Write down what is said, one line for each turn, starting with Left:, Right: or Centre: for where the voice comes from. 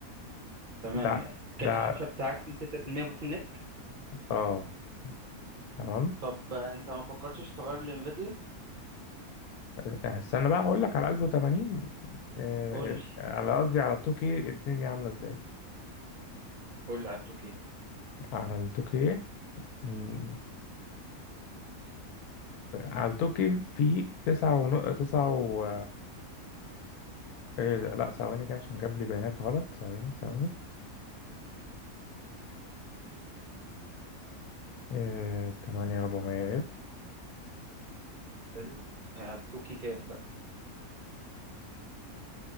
Right: تمام
Left: ده
Right: يعني
Left: ده
Right: كارت الشاشه بتاعك فيه 6% بوتل نيك
Left: اه تمام
Right: طب آه، انت ما فكرتش تغير لانفيديا
Left: أه، استنى بقى هقول لك على 1080 آه،
Right: قول لي
Left: أه، على قصدي على 2K الدنيا عاملة ازاي
Right: قول لي على التوكي
Left: على ال 2K مم، على ال 2K في تسعة ونق... تسعة و... إيه ده؟ لا ثواني كده عشان جاب لي بيانات غلط ثواني ثواني إيه... 8400 اف
Right: حلو على التوكي كام بقى